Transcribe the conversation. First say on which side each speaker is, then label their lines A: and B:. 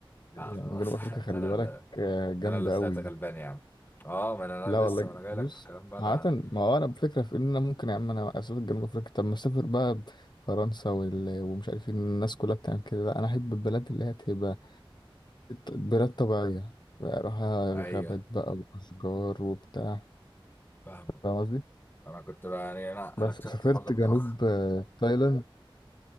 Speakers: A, on the left; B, on the left.
A: لا
B: يعني
A: خلاص
B: جنوب أفريقيا
A: <laughs>
B: خلي
A: ده انا
B: بالك
A: اللي
B: آه، جامدة
A: ده انا اللي طلعت
B: أوي
A: غلبان
B: دي
A: يا عم اه ما انا
B: لا
A: أنا
B: والله
A: لسه ما انا جاي
B: بص
A: لك في الكلام بقى
B: عادة
A: انا
B: ما هو أنا بفكرة في إن أنا ممكن يا عم أنا أسافر جنوب أفريقيا طب ما أسافر بقى فرنسا وال... ومش عارفين الناس كلها بتعمل كده لا أنا أحب البلاد اللي هي تبقى بلاد طبيعية بقى أروح
A: ايوه
B: غابات بقى وأشجار وبتاع
A: فاهمك
B: فاهم قصدي؟
A: انا كنت بقى يعني انا
B: بس
A: انا اكتشفت
B: سافرت
A: الحوار ده متاخر
B: جنوب آه، تايلاند